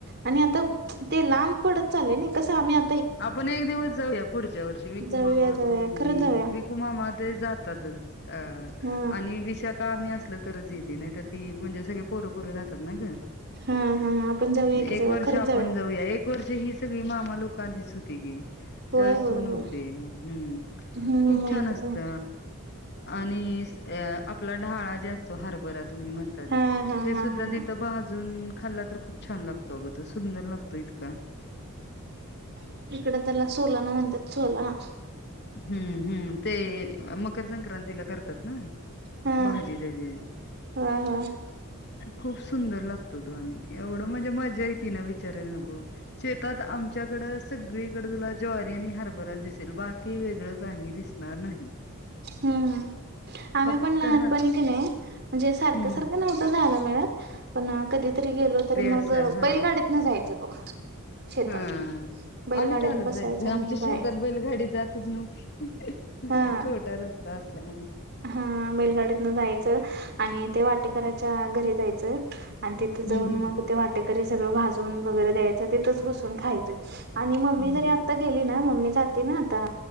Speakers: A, on the right (about 50°); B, on the left (about 50°).
A: आणि आता ते लांब पडत चाललय नइ कसं आम्ही आ
B: आपण एक दिवस जाऊया पुढच्या वर्षी विकु
A: जाऊया
B: मामा
A: जाऊया
B: तू
A: खरंच
B: मी
A: जाऊया
B: विकुमामा ते जात तातच अ
A: हा
B: आणि विशाखा आम्ही अस असलं तरच येते नाही तर ती म्हणजे सगळे पोरं पोरं जातात ना ग
A: हा हा आपण जाऊया की
B: एक
A: जाऊया
B: वर्ष
A: खरंच
B: आपण जाऊया एक वर्ष म्हे ही सगळी मामा लोक आलीच होती की
A: होय
B: त्यावेळेस
A: होय
B: तू नव्हती.
A: होय
B: हुं
A: हम्म
B: खूप
A: माहित
B: छान असत
A: आहे
B: आणि आपला ढाळा जे असतो हरभरा तुम्ही म्हणता
A: हा
B: ते
A: हा
B: ते
A: हा
B: सुद्धा
A: हा हा
B: भा जून खाल्ला तर खूप छान लागतो अग सुंदर लागतो इतका
A: इकडं त्याला सोलाना म्हणत्यात सोलाना
B: हुं हुं ते मकर संक्रांतीला करतात ना
A: हा
B: भाजी त्याजी
A: होय होय
B: खूप सुंदर लागतो तो आणि एवढं म्हणजे मज्जा येते ना विचारायला नको शेतात आम तुमच्याकडे सगळीकडे तुला ज्वारी आणि हरबराच दिसेल बाकी वेगळं काही दिसणार नाही.
A: हम्म आम्ही
B: फक्त
A: पण लहानपणी
B: ह
A: क नाही. म्हणजे सारखं
B: हम्म
A: सारखं नव्हतं जायला मिळत पण कधीतरी गेलो तर मग
B: असं हा
A: बैलगाडीत ना जायच. शेतात.
B: हा
A: बैलगाडीत
B: आम्ही चालत
A: बसायचं
B: जायच
A: आणि
B: आमच्या
A: जायचं
B: शेतात बैलगाडी जातच नव्हती
A: हा
B: छोटा रस का असल्या.
A: हा बैलगाडीतन जायचं आणि ते वाटेकरच्या घरी जायच. आणि तिथं
B: हम्म
A: जाऊन
B: हम्म
A: मग ते वाटेकरी सगळं भाजून वगैरे द्यायचं तिथंच बसून खायचंय. आणि मम्मी
B: हम्म
A: जरी आता गेली ना मम्मी जाते ना आता